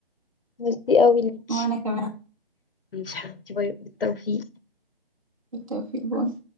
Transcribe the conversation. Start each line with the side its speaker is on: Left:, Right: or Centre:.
Left: ميرسي أوي ليكي
Right: وأنا كمان
Left: ماشي حبيبتي باي بالتوفيق
Right: بالتوفيق